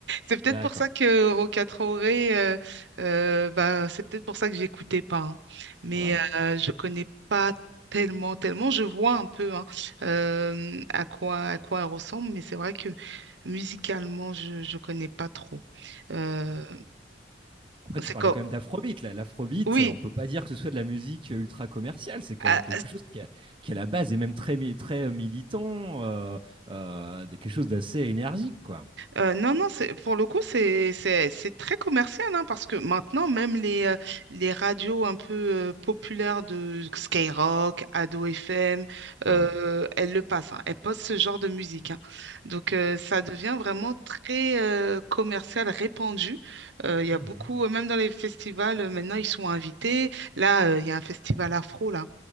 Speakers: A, on the right; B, on the right.
A: C'est peut-être
B: D'accord.
A: pour ça que Roca Traoré, euh, euh, bah, c'est peut-être pour ça que j'écoutais pas. hein. Mais
B: Ouais,
A: euh, je connais pas tellement, tellement. Je vois un peu hein, euh, à quoi, à quoi elle ressemble, mais c'est vrai que musicalement, je je connais pas trop. Euh,
B: ouais. Après, tu
A: c'est
B: parlais
A: comme,
B: quand même d'afrobeat. là. L'afrobeat,
A: oui.
B: on peut pas dire que ce soit de la musique ultra commerciale. C'est quand
A: ah,
B: même quelque chose qui, à qui à la base est même très, mi- très euh, militant, euh, euh, de- quelque chose d'assez énergique, quoi.
A: Euh, non, non, c'est, pour le coup, c'est, c'est, c'est très commercial, hein, parce que maintenant, même les, euh, les radios un peu euh, populaires de Skyrock, Ado FM,
B: Ouais.
A: euh,
B: Ouais.
A: elles le passent, hein, elles passent ce genre de musique. hein. Donc, euh, ça devient vraiment très euh, commercial, répandu. Euh, Il y
B: Ah
A: a beaucoup,
B: ouais.
A: euh, même dans les festivals, euh, maintenant, ils sont invités. Là, euh, il y a un festival afro, là,